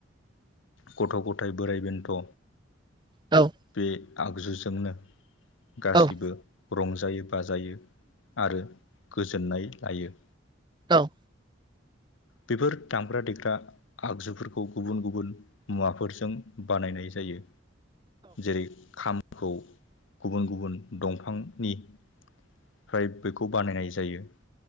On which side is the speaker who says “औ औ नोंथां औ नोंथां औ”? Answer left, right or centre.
Right